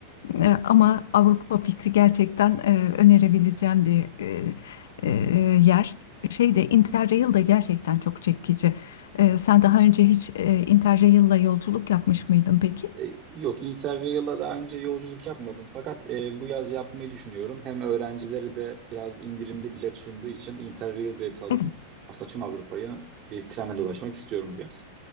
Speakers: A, on the left; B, on the right.
A: E, Ama Avrupa fikri gerçekten e, önerebileceğim bir e, e, yer. Şey de Interrail de gerçekten çok çekici. E, sen daha önce hiç e, Interrail'la yolculuk yapmış mıydın peki?
B: E, Yok, Interrail'a daha önce yolculuk yapmadım. Fakat e, bu yaz yapmayı düşünüyorum. Hem öğrencileri de biraz indirimli bilet sunduğu için Interrail bileti alıp
A: Evet,
B: aslında tüm Avrupa'yı e, trenle dolaşmak istiyorum bu yaz.